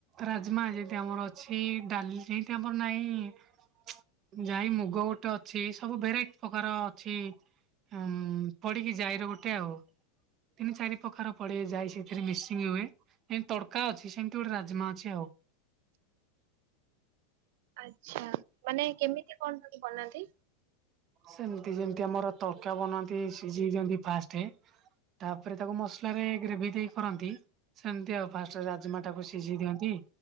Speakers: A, on the right; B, on the right.
A: ରାଜ୍ମା ଯେନ୍ତି ଆମର ଅଛି ଡାଲି ଯେନ୍ତି ଆମର ନାହିଁ ଜାଇ ମୁଗ ଗୋଟେ ଅଛି, ସବୁ ଭେରାଇଟ୍ ପକାର ଅଛି। ଅମ୍ ପଡିକି ଜାଇର ଗୋଟେ ଆଉ। ତିନି ଚାରି ପକାର ପଡେ ଜାଇ ସେଥିରେ ମିସିଙ୍ଗ ହୁଏ, ଜେନ୍ତି ତଡ୍ କା ଅଛି, ସେମ୍ତି ଗୋଟେ ରାଜ୍ମା ଅଛି ଆଉ।
B: ଆଚ୍ଛା ମାନେ କେମିତି କଣ କରି ବନାନ୍ତି?
A: ସେମ୍ତି ଯେମ୍ତି ଆମର ତଡକା ବନାନ୍ତି ସିଝେଇ ଦିଅନ୍ତି ଫାଷ୍ଟେ ତାପରେ ତାକୁ ମସଲା ରେ ଗ୍ରେଭି ଦେଇ କରନ୍ତି, ସେମ୍ତି ଆଉ ଫାଷ୍ଟରେ ରାଜ୍ ମାଟାକୁ ସିଝେଇ ଦିଅନ୍ତି,